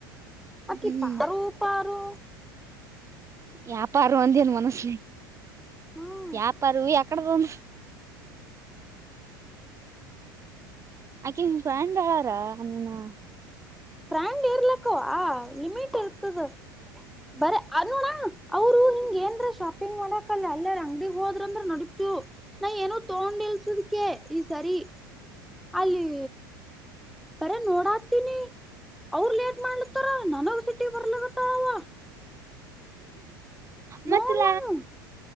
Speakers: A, in the centre; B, on the right.
A: ಬಕಿ
B: ಹ್ಮ್
A: ಪಾರು ಪಾರು
B: ವ್ಯಾಪಾರ ಅಂದೇನು ಮನಸಲಿ
A: ಹ್ಮ್
B: ವ್ಯಾಪಾರ ಎಕಡೆ ಬಂದು ಆಕೆ ನಿನ್ ಪ್ರೇಂಡ ಅವಾರ ನೀನು.
A: ಪ್ರೆಂಡ್ ಇರ್ಲಕ್ಕ ಆ ಲಿಮಿಟ್ ಇರ್ತದ ಬರ ಅದೋಡ ಅವರು ಹಿಂಗ ಏನ್ರ ಶಾಪಿಂಗ್ ಮಾಡಕಲ್ಲ ಎಲ್ಲಾರ ಅಂಗಡಿಗ್ ಹೋದ್ರಂದ್ರ ನಡತು ನಾ ಏನೋ ತಗೊಂಡಿಲ್ಸದಕ್ಕೆ ಈ ಸರಿ ಅಲ್ಲಿ. ಬರ ನೋಡತೀನಿ. ಅವರು ಲೇಟ್ ಮಾಡ್ಲತ್ತಾರ ನನಗ ಸಿಟಿ ಬರ್ಲಗತ್ತಾಳವ.
B: ಮತ್ತಲ
A: ನೋಡ್ಲಾನು